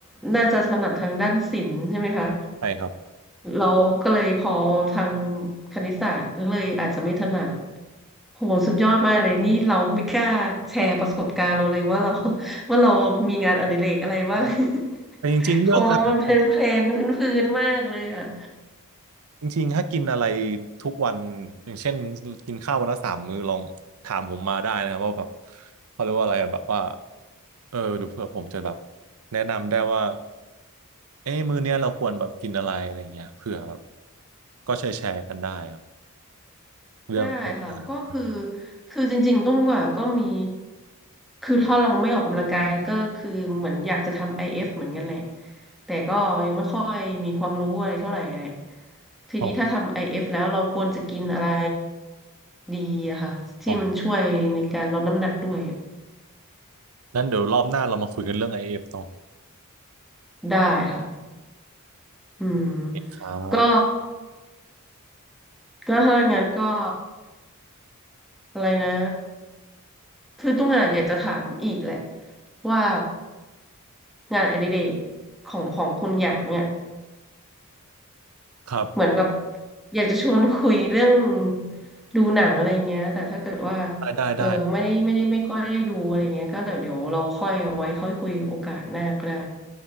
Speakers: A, in the centre; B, on the right (about 75°).
A: น่าจะถนัดทางด้านศิลป์ใช่ไหมคะ
B: ใช่ครับ
A: เราก็เลยพอทางคณิตศาสตร์ก็เลยอาจจะไม่ถนัดโหสุดยอดมากเลยนี่เราไม่กล้าแชร์ประสบการณ์เราเลยว่าเรา <laughs> ว่าเรามีงานอดิเรกอะไรบ้าง
B: อ๋อแต่จริงๆเรื่องอาหาร
A: <laughs> ของเรามันเพลนๆพื้นๆมากเลยอะ
B: จริงๆถ้ากินอะไรทุกวันอย่างเช่นกินข้าววันละสามมื้อลองถามผมมาได้นะครับว่าแบบเขาเรียกว่าอะไรอะแบบว่าเออเดูเผื่อผมจะแบบแนะนำได้ว่าเอ้มื้อเนี้ยเราควรแบบกินอะไรอะไรอย่างเงี้ยเผื่อแบบก็แชร์แชร์กันได้ครับ เรื่องเรื่อง
A: ได้ค่ะก็คือ
B: อะไร
A: คือจริงๆตุ้มว่าก็มีคือถ้าเราไม่ออกกำลังกายก็คือเหมือนอยากจะทำ IF เอฟเหมือนกันแหละแต่ก็ยังไม่ค่อยมีความรู้อะไรเท่าไหร่แหละทีนี้ถ้าทำ
B: อ๋อ
A: IF แล้วเราควรจะกินอะไรดีอะค่ะที่มันช่วยในการลดน้ำหนักด้วย
B: อ๋อนั่นเดี๋ยวรอบหน้าเรามาคุยกันเรื่อง IF เอฟเนาะ
A: ได้ค่ะอืม
B: ครับ
A: ก็ก็ถ้างั้นก็ อะไรนะ คือตุ้มอะอยากจะถามอีกแหละว่างานอดิเรกของของคุณหยางเนี่ย
B: ครับ
A: เหมือนกับอยากจะชวนคุยเรื่องดูหนังอะไรเงี้ยแต่ถ้าเกิดว่า
B: ได้ ได้
A: เออไม่ได้ไม่ได้ไม่ค่อยได้ดูอะไรเงี้ยก็เดี๋ยวเดี๋ยวเราค่อยเอาไว้ค่อยคุยโอกาสหน้าก็ได้
B: ได้